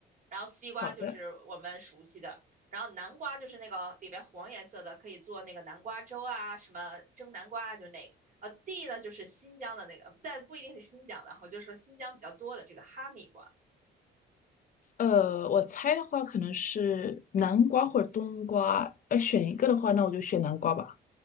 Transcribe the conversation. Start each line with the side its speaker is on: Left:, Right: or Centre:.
Right: 然后西瓜就是我们熟悉的，
Left: 好的。
Right: 然后南瓜就是那个里边黄颜色的，可以做那个南瓜粥啊，什么蒸南瓜啊就那个。呃 D 呢，就是新疆的那个，但不一定是新疆的，我就说新疆比较多的这个哈密瓜。
Left: 呃，我猜的话可能是南瓜或者冬瓜，要选一个的话，那我就选南瓜吧。